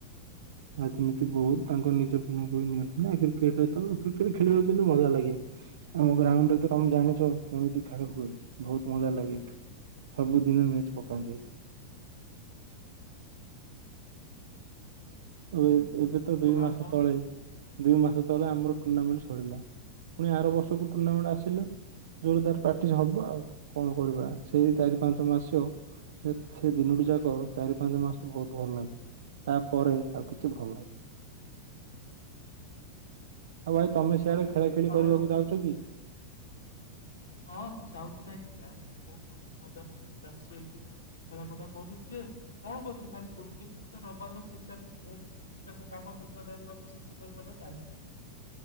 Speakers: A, on the right; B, on the left.
A: ରାଜନୀତି ବହୁତ ତାଙ୍କ ନିଜ ପିଲାଙ୍କୁ ହିଁ ନିଅନ୍ତି ନା କ୍ରିକେଟ ତ କ୍ରିକେଟ ଖେଳିବାକୁ କିନ୍ତୁ ମଜା ଲାଗେ। ଆଉ ଗ୍ରାଉଣ୍ଡରେ ତ ତମେ ଜାଣିଛ କେମିତି ଖେଳ ହୁଏ ବହୁତ ମଜା ଲାଗେ। ସବୁଦିନ ମ୍ୟାଚ ପକାନ୍ତି। ହଁ ଏ ଏବେ ତ
B: ପଢା
A: ଦୁଇ ମାସ
B: କଣ
A: ତଳେ ଦୁଇ ମାସ ତଳେ ଆମର ଟୁର୍ଣ୍ଣାମେଣ୍ଟ ସରିଲା। ପୁଣି ଆର ବର୍ଷକୁ ଟୁର୍ଣ୍ଣାମେଣ୍ଟ ଆସିଲେ। ଯେବେଳେ ତାର ପ୍ରାକ୍ଟିସ ହବ ଆଉ କଣ କରିବା ସେଇ ଚାରି ପାଞ୍ଚ ମାସ୍ୟ। ସେ ସେ ଦିନୋଟି ଯାକ ଚାରି ପାଞ୍ଚ ମାସ ବହୁତ ଭଲ ଲାଗେ ତାପରେ ଆଉ କିଛି ଭଲ ନାଇଁ। ଆଉ ଭାଇ ତମେ ସିଆଡେ
B: ଆଉ
A: ଖେଳା ଖେଳି
B: ଆଉ
A: କରିବାକୁ ଯାଉଛ କି?
B: ହଁ ମୁଁ ଯାଉଚି ନାଁ ଏଠି ଆଏଠି ବହୁତ ମଜାମକ୍ତି ଚାଲିଛି ଏଇଠି। ଖେଳା କୁଦା କରୁଛି ଯେ କଣ କରଛୁ ଖାଲି ଗୋଟିଏ ଜିନିଷ ରବାର ସେଇଟା ବି କେବେ କାମ ପ୍ରେସର ରହିବନି ଶିଖି ପାରିବ ଚାହିଁକି।